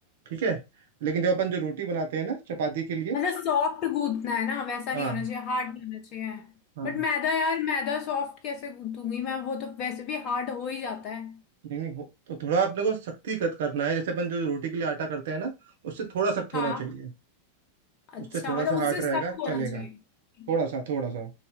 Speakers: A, on the right (about 55°); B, on the left (about 35°).
A: ठीक है लेकिन जब अपन जो रोटी बनाते हैं ना चपाती के लिए
B: मतलब सॉफ्ट गूंथना है ना वैसा
A: हाँ
B: नहीं होना चाहिए हार्ड नहीं होना चाहिए
A: हाँ
B: बट मैदा यार मैदा सॉफ्ट कैसे गूंथूंगी मैं वो तो वैसे भी हार्ड हो ही जाता है
A: नहीं नहीं हो तो थोड़ा अपने को सख्ती कत करना है जैसे अपन जो रोटी के लिए आटा करते हैं ना उससे थोड़ा सख्त होना
B: हाँ
A: चाहिए
B: अच्छा
A: उससे थोड़ा
B: मतलब
A: सा हार्ड
B: उससे
A: रहेगा
B: सख्त होना
A: चलेगा
B: चाहिए ठीक
A: थोड़ा सा थोड़ा सा